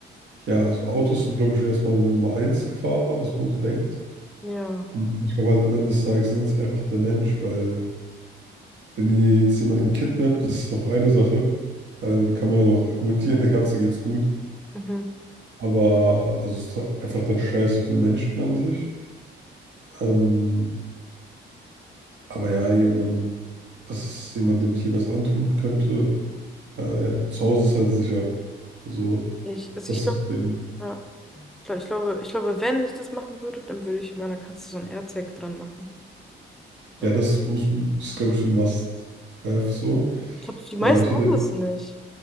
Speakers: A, on the right; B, in the centre.
A: ja, also, Autos sind, glaube ich, erstmal Nummer eins Gefahr, was man so denkt.
B: Ja.
A: Ähm, ich glaube halt, am Ende des Tages sind es einfach der Mensch, weil wenn ihr jetzt jemanden kidnappt, das ist noch eine Sache, weil dann kann man ja noch argumentieren, <laughs> der Katze geht's gut.
B: Mhm.
A: Aber also, es ist doch einfach dann Scheiß auf den Menschen an sich. Ähm, aber ja, jemand dann dass jemand dem Tier was antun könnte, äh, ja, zu Hause ist halt sicher. Also,
B: Ich, also
A: das
B: ich glaube,
A: ist das Ding.
B: ja, ich glaub, ich glaube, ich glaube, wenn ich das machen würde, dann würde ich meiner Katze so ein AirTag dran machen.
A: Ja,
B: Weil
A: das muss, ist, glaube ich, so ein Must-Have so.
B: ich glaube, die meisten
A: Äh, ich hatte,
B: haben das nicht.